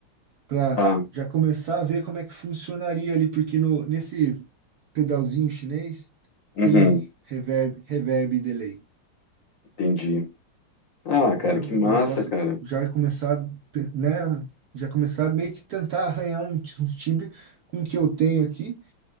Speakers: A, on the right (about 65°); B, on the left (about 45°).
A: pra
B: tá,
A: já começar a ver como é que funcionaria ali, porque no, nesse pedalzinho chinês
B: uhum,
A: tem reverb, reverb e delay.
B: entendi. Ah,
A: entendeu?
B: cara, que massa,
A: Então eu não posso
B: cara.
A: já começar, né? Já começar meio que tentar arranhar um, ti- uns times com o que eu tenho aqui,